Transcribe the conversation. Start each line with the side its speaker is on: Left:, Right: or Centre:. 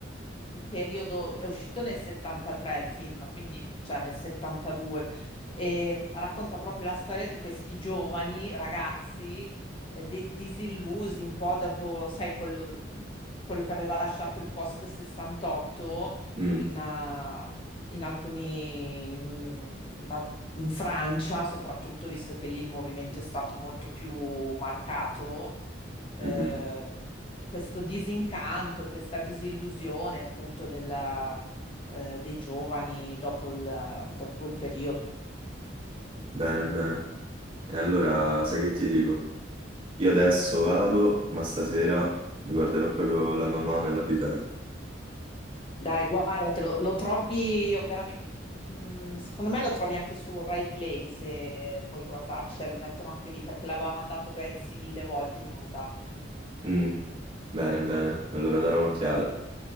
Left: il periodo, è uscito nel 73 il film, quindi cioè nel 72, e racconta proprio la storia di questi giovani ragazzi eh, de- disillusi un po' dopo, sai, quello mm, quello che aveva lasciato il post 68
Right: Mm,
Left: in, eh, in alcuni, in, una- in Francia soprattutto, visto che lì il movimento è stato molto più marcato, eh,
Right: mhm.
Left: questo disincanto, questa disillusione appunto della, eh, dei giovani dopo, il- dopo quel periodo.
Right: Bene, bene.
Left: Mm.
Right: E allora sai che ti dico? Io adesso vado, ma stasera mi guarderò proprio la mamma nella pietà.
Left: Dai, guardatelo, lo trovi veramente. mm, Secondo me lo trovi anche su Rai Play se puoi guardarci, cioè, lo mettono anche lì perché l'aveva mandato Ghezzi mille volte in onda.
Right: Mm, bene, bene. Allora darò un'occhiata.